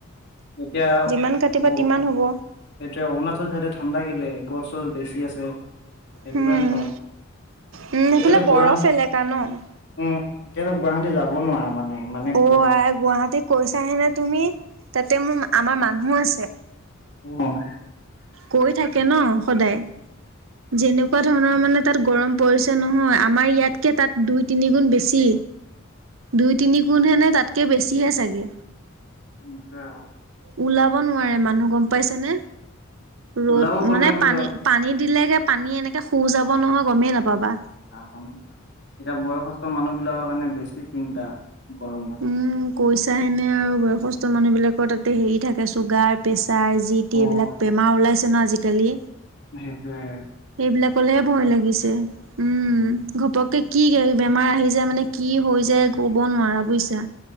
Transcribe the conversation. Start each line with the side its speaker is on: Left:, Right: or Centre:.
Left: এতিয়া
Right: যিমান কাটিবা
Left: অঁ-
Right: তিমান হ'ব
Left: এতিয়া অৰুণাচল চাইডে ঠাণ্ডা কেলে গছ চছ বেছি আছে। সেইটো
Right: উম
Left: কাৰণে তো
Right: উম, সেইফালে
Left: এতিয়াতো
Right: বৰফ
Left: গুৱাহ-
Right: এলেকা ন?
Left: উমঁ এতিয়াতো গুৱাহাটী যাব নোৱাৰা মানে। ইমানে
Right: অঁ
Left: গৰম
Right: আই গুৱাহাটী কৈছাহেনে তুমি তাতে মোৰ আমাৰ মানুহো আছে।
Left: অঁ উমঁ!
Right: কৈ থাকে ন সদায়। যেনেকুৱা ধৰণৰ মানে তাত গৰম পৰিছে নহয় আমাৰ ইয়াতকে তাত দুই তিনি গুণ বেছি। দুই তিনিগোণহে নে তাতকৈ বেছিহে চাগে।
Left: উমঁ তে আহক।
Right: ওলাব নোৱাৰে মানুহ গম পাইছে নে ৰ'দ
Left: ওলাব প্ৰব্লেম
Right: মানে
Left: হৈছে
Right: পানী-
Left: ত
Right: পানী দিলেগে পানী এনেকৈ শুৱ যাব নহয় গমেই নাপাবা।
Left: আহোম এতিয়া বয়সস্থ মানুহ বিলাকৰ কাৰণে বেছি চিন্তা গৰমত।
Right: উমঁ কৈইচা হেনে আৰু বয়সস্থ মানুহ বিলাকৰ তাতে হেৰি থাকে চুগাৰ- প্ৰেছাৰ যি টি
Left: অ
Right: এইবিলাক বেমাৰ ওলাইছে ন আজিকালি।
Left: সেইটোৱে-
Right: সেইবিলাকলেহে ভয় লাগিছে উমঁ।
Left: উম
Right: ঘপককে কি গা বেমাৰ আহি যায় মানে কি হৈ যায় ক'ব নোৱাৰা বুজিছা।